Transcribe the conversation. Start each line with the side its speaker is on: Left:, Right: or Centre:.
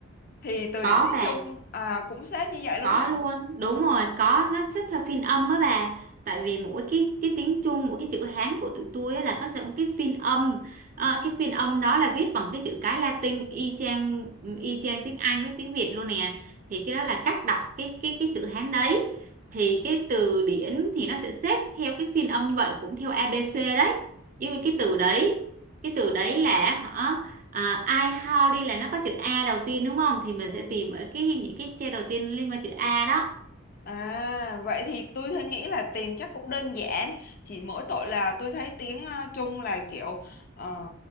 Left: thì từ
Right: có
Left: điển tiếng
Right: bà
Left: Trung à, cũng xếp như vậy luôn
Right: có
Left: hả?
Right: luôn đúng rồi có nó xếp theo phiên âm á bà tại vì mỗi cái cái tiếng Trung mỗi cái chữ Hán của tụi tôi á là có sẽ một cái phiên âm Ờ, cái phiên âm đó là viết bằng cái chữ cái Latin y chang y chang tiếng Anh với tiếng Việt luôn nè thì cái đó là cách đọc cái cái cái chữ Hán đấy thì cái từ điển thì nó sẽ xếp theo cái phiên âm như vậy cũng theo ABC đấy nhưng mà cái từ đấy cái từ đấy là hả À, I how đi là nó có chữ A đầu tiên đúng không? Thì mình
Left: Ồ.
Right: sẽ tìm ở cái những cái che đầu tiên liên quan chữ A đó.
Left: À, vậy thì tôi thấy nghĩ là tìm chắc cũng đơn giản, chỉ mỗi tội là tôi thấy tiếng ờ, Trung là kiểu ờ,